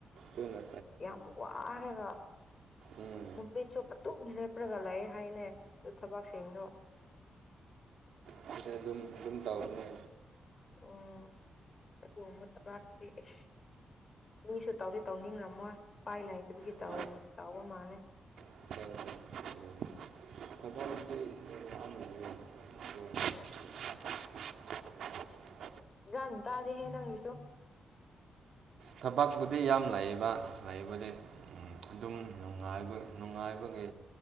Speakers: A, on the right (about 75°); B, on the left (about 30°).
A: ꯇꯨꯅ
B: ꯌꯥꯝ ꯋꯥꯔꯒ
A: ꯎꯝ
B: ꯅꯨꯃꯤꯠꯁꯨꯄ ꯇꯨꯝ ꯂꯦꯞꯔꯒ ꯂꯩ ꯍꯥꯏꯅꯦ꯫ ꯑꯗꯨ ꯊꯕꯛꯁꯤꯡꯗꯣ
A: <unintelligible> ꯗꯨꯝ ꯗꯨꯝ ꯇꯧꯕꯅꯦ
B: ꯎꯝ ꯑꯗꯨꯒꯨꯝꯕ ꯊꯕꯛꯇꯨꯗꯤ ꯏꯁ ꯃꯤꯁꯨ ꯇꯧꯗꯤ ꯇꯧꯅꯤꯡꯉꯝꯃꯣꯏ ꯄꯥꯥꯏ ꯂꯥꯏꯇꯕꯒꯤ ꯇꯧ
A: ꯍꯣꯏ
B: ꯇꯧꯕ ꯃꯥꯜꯂꯦ꯫
A: <unintelligible> ꯀꯗꯥꯥꯎꯗꯤ ꯃꯤ ꯌꯥꯝ ꯂꯩ <unintelligible>
B: ꯖꯥꯝ ꯑꯗꯦ ꯍꯦ ꯅꯪꯒꯤꯁꯦ
A: ꯊꯕꯛꯄꯨꯗꯤ ꯌꯥꯝ ꯂꯩꯌꯦꯕ ꯂꯩꯕꯗꯤ ꯎꯝ ꯑꯗꯨꯝ ꯅꯨꯡꯉꯥꯏꯕ ꯅꯨꯡꯉꯥꯏꯕꯒꯤ